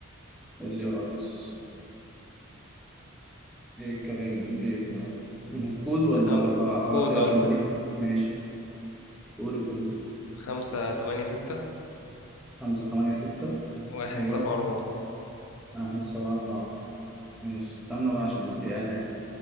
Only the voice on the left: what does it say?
خم... كودا
خمسة تمانية ستة
واحد
سبعة أربعة